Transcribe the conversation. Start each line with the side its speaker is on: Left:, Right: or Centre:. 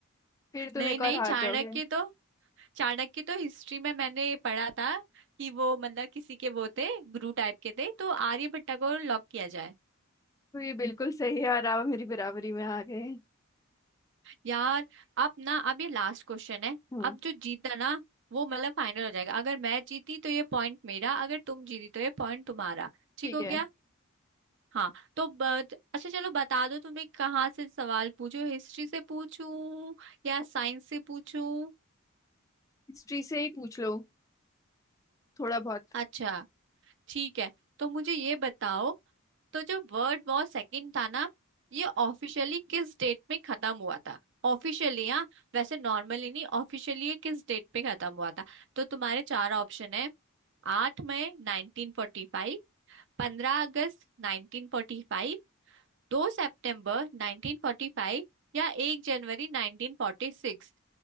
Left: फिर तुम
Right: नहीं
Left: एक
Right: नहीं
Left: और हार
Right: चाणक्य
Left: जाओगे
Right: तो चाणक्य तो हिस्ट्री में मैंने पढ़ा था कि वो मतलब किसी के वो थे गुरु टाइप के थे तो आर्यभट्ट को लॉक किया जाए
Left: तो ये बिल्कुल सही है और आप मेरी बराबरी में आ गए
Right: यार अब ना अब ये लास्ट क्वेश्चन है
Left: हम्म
Right: अब जो जीता ना वो मतलब फाइनल हो जाएगा अगर मैं जीती तो ये पॉइंट मेरा अगर तुम जीती तो ये पॉइंट तुम्हारा ठीक
Left: ठीक
Right: हो
Left: है
Right: गया हाँ तो ब- अच्छा चलो बता दो तुम्हें कहाँ से सवाल पूछो हिस्ट्री से पूछूं या साइंस से पूछूं
Left: हिस्ट्री से ही पूछ लो थोड़ा बहुत
Right: अच्छा ठीक है तो मुझे ये बताओ तो जो वर्ल्ड वॉर सेकंड था ना ये ऑफिशियली किस डेट में खत्म हुआ था ऑफिशियली हाँ वैसे नॉर्मली नहीं ऑफिशियली ये किस डेट पे खत्म हुआ था तो तुम्हारे चार ऑप्शन है आठ मई 1945 पंद्रह अगस्त 1945 दो सितंबर 1945 या एक जनवरी 1946